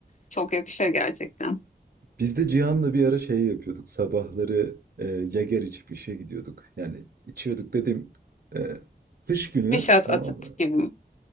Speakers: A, on the left (about 45°); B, on the right (about 60°).
A: Çok yakışıyor gerçekten.
B: Biz de Cihan'la bir ara şey yapıyorduk. Sabahları e, Yager içip işe gidiyorduk. Yani içiyorduk dedim. e, kış günü
A: Bir şat
B: tamam
A: atıp
B: mı?
A: gibi.